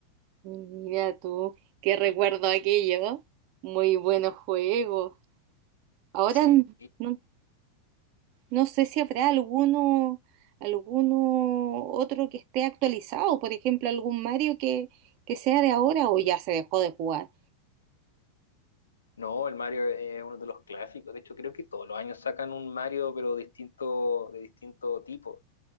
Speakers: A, on the right; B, on the left.
A: Mira tú, qué recuerdo aquello. Muy buenos juegos. Ahora
B: Sí,
A: n- no No sé si habrá alguno, alguno otro que esté actualizado, por ejemplo, algún Mario que, que sea de ahora o ya se dejó de jugar.
B: no, el Mario es uno de los clásicos. De hecho, creo que todos los años sacan un Mario, pero distinto, de distinto tipo.